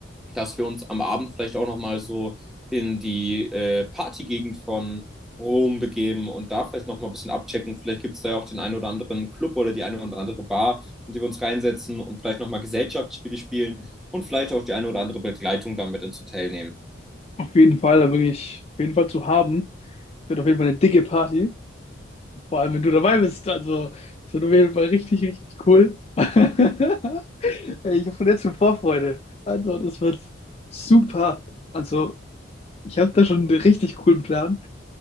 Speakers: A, in the centre; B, on the left.
A: dass wir uns am Abend vielleicht auch noch mal so in die äh, Partygegend von Rom begeben und da vielleicht noch mal ein bisschen abchecken? Vielleicht gibt es da ja auch den einen oder anderen Club oder die eine oder andere Bar, in die wir uns reinsetzen und vielleicht noch mal Gesellschaftsspiele spielen und vielleicht auch die eine oder andere Begleitung damit ins Hotel nehmen.
B: Auf jeden Fall, da bin ich auf jeden Fall zu haben. Wird auf jeden Fall eine dicke Party. Vor allem, wenn du dabei bist. Also, das wird auf jeden Fall richtig, richtig cool. <laughs> Ey, Ich habe schon jetzt schon Vorfreude. Also, das wird super. Also, ich habe da schon einen richtig coolen Plan.